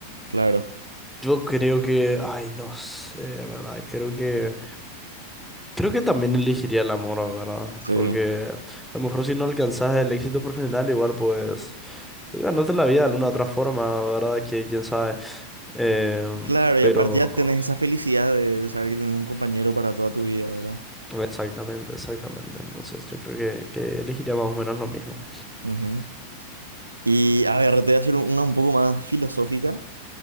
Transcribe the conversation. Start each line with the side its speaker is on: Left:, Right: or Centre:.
Right: Claro.
Centre: yo creo que, ay, no sé, ¿verdad? Creo que, creo que también elegiría el amor, ¿verdad?
Right: Sí.
Centre: Porque a lo mejor si no alcanzas el éxito profesional, igual pues... Ganarte la vida de alguna otra forma, ¿verdad? Que quién sabe. Eh,
Right: Claro,
Centre: pero
Right: y aparte ya tenés esa felicidad de, de saber que tenés un compañero para toda tu vida, ¿verdad?
Centre: exactamente, exactamente. Entonces yo creo que, que elegiría más o menos lo mismo.
Right: Ujú. Y a ver, te voy a hacer una un poco más filosófica,